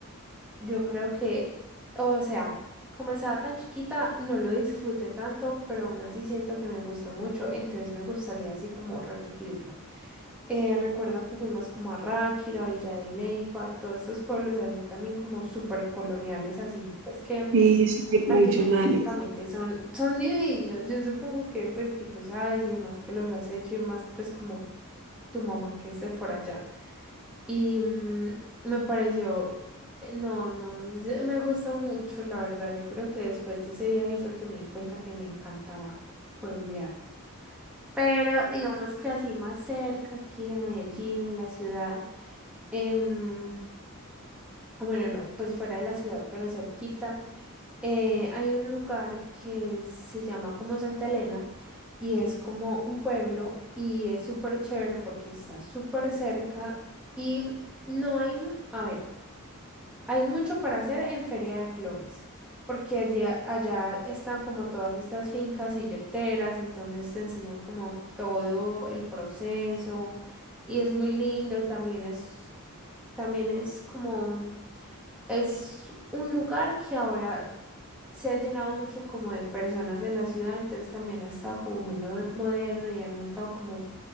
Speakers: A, in the centre; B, on the right.
A: Yo creo que, o sea, como estaba tan chiquita, no lo disfruté tanto, pero aún así siento que me gustó mucho, entonces me gustaría así como repetirlo. Eh, recuerdo que fuimos como a Ráquira, Villa de Leyva, todos estos pueblos así también como súper coloniales, así pues que
B: Sí, súper tradicionales.
A: arquitectónicamente son, son divinos. Yo supongo que pues que tú sabes y demás que los has hecho y más pues como tu mamá que esté por allá. Y mm, me pareció eh, No, no, es- me gustó mucho, la verdad. Yo creo que después de ese viaje fue que me di cuenta que me encantaba pueblear. Pero digamos que así más cerca, aquí en Medellín, en la ciudad, em, bueno, no, pues fuera de la ciudad, pero cerquita, eh, hay un lugar que se llama como Santa Elena y es como un pueblo y es súper chévere porque está súper cerca y no hay, mu- a ver. Hay mucho para hacer en Feria de Flores, porque allá allá están como todas estas fincas silleteras, entonces te enseña como todo el proceso y es muy lindo, también es, también es como, mm, es un lugar que ahora se ha llenado mucho como de personas de la ciudad, entonces también ha estado como muy no- moderno y han montado como